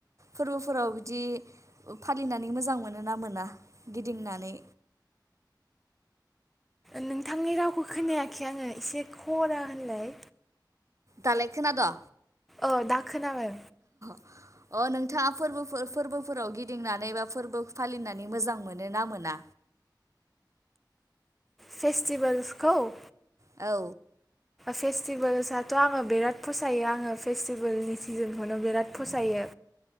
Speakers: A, on the right (about 40°); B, in the centre.
A: फोरबोफोराव बिदि फालिनानै मोजां मोनो ना मोना गिदिंनानै?
B: नोंथांनि रावखौ खोनायाखै आङो एसे खरा होनलाय
A: दालाय खोना द'
B: औ दा खोनाबाय
A: अ नोंथाङा फोरबो फोरबोफोराव गिदिंनानै बा फोरबो फालिनानै मोजां मोनो ना मोना?
B: फेस्टिभलसखौ
A: औ
B: फेस्टिभेल्सथ' आथ आङो बिराद फसायो आङो फेस्टिभेलनि सिजोनखौनो बिराद फसायो